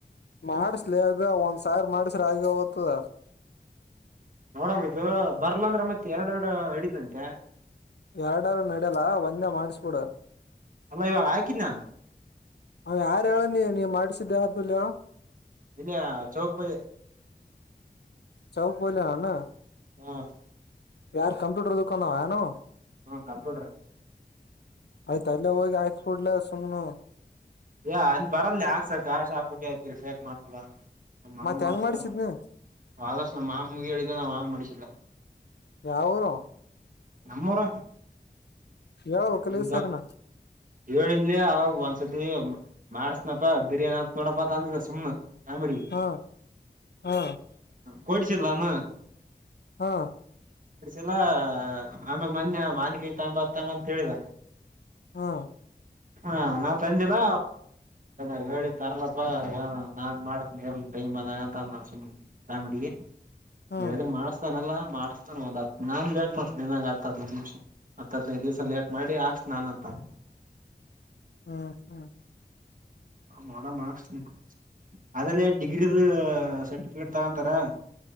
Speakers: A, on the left; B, on the right.
A: ಮಾಡಸಲೇ ಅದು ಒಂದ್ ಸಾವಿರ್ ಮಾಡಸ್ರ ಆಗ್ಯದ
B: ನೋಡಮ ಇದು ಬರ್ಲ ಅಂದ್ರೆ ಮತ್ತತ್ ಎರಡೆರಡು ನೆಡಿತ್ತಂತೆ
A: ಎರಡಾರು ನಡ್ಯಲ್ಲ ಒಂದೇ ಮಾಡಿಸಬಿಡು
B: ಅಲ್ಲ ಇವಾಗ ಹಾಕಿದ್ನ
A: ಅವ ಯಾರು ಹೇಳ ನೀ ನೀ ಮಾಡಿಸಿದ್ದೆ ಅವದ್ರಲ್ಲಿ ಹೇಳು
B: ಇಲ್ಲೆಯ ಚೌಕಪದಿ.
A: ಚೌಕ ಬೋಲಾನ.
B: ಹಾ.
A: ಯಾರ್ ಕಂಪ್ಯೂಟರ್ ದುಕಾನ ಏನು
B: ಹ್ಮ ಕಂಪ್ಯೂಟರ್.
A: ಆಯ್ತು ಅಲ್ಲೇ ಹೋಗಿ ಹಾಕಿಸಿಬಿಡ್ಲೆ ಸುಮ್ನೆ
B: ಏ ಅಲ್ಲಿ ಬರಲ್ಲೆ ಹಾಕಿಸಕ್ಕ ಆ ಶಾಬುಟ್ಟದಿರ್ ಬಕ್ ಮಾತಲ್ಲ. ನ ಮಾಮ
A: ಮತ್
B: ಮಾಡಿಸತಾನ
A: ಹೆಂಗ್ ಮಾಡ್ಸಿದ್ನಿ
B: ವಾದ್ ವರ್ಷ ನಮ್ಮ ಮಾವನಿಗೆ ಹೇಳಿದೆ ಅವ್ನೆ ಮಾಡಿಸಿದ್ದ
A: ಯಾವ ಊರು
B: ನಮ್ಮೂರ
A: ಹೇಳ್ಬೇಕಲ್
B: ನಮ್ದ
A: ಈ ಸರಿನ
B: ಹೇಳಿಡ್ಲೆ ಅವಾಗ ಒಂದ ಸತಿ ಮಾಡಸನಪ್ಪ ಬಿರಿಯಾನಿ ಹತ್ ನೋಡಪ ಅಂತ ಅಂದಿದ್ದ ಸುಮ್ನೆ. ಕಾಮಿಡಿ
A: ಹಾ ಹಾ
B: ಕೊಡಿಸಲೆನ
A: ಹಾ.
B: ಎಲ್ಲ ಆಮೇಲೆ ಮೊನ್ನೆ ಮಾವಿನ ಕಾಯಿ ಬರ್ತಾದ ಅಂತ ಹೇಳಿದ.
A: ಹಾ
B: ಹಾ ನಾವ್ ತಂದಿದ್ದ ನಾವ ಹೇಳಿ ತರ್ಲಪ್ಪಾ ಏ ನಾನ್ ಮಾಡ್ತನಿ ಇರ್ ಟೈಮ್ ಅದ ಅಂತ ಅ ಸುಮ್ಮ್ನೆ. ಕಾಮಿಡಿಗೆ
A: ಹಾ
B: ನೀವ್ ಹೇಳಿದ್ರೆ ಮಾತಾತಾನೇ ಅಲ್ವಾ ಮಾಡ್ತಾನ ಒಂದ್ ಹತ್ ನಾನ್ ಲೇಟ್ ಮಾಡ್ತನ ನಿಮಗೆ ಹದಿನದು ದಿವ್ಸ ಹದಿನೈದು ದಿವಸ ಲೇಟ್ ಮಾಡಿ ಹಾಕ್ಸ್ ನಾನ ಅಂತ.
A: ಹ್ಮ ಹ್ಮ.
B: ಮಾಡುವ ಮಾಡು ಆದದ್ರಲ್ಲಿ ಡಿಗ್ರಿ ಸರ್ಟಿಫಿಕೇಟ್ ತಗೊಂತಾರ.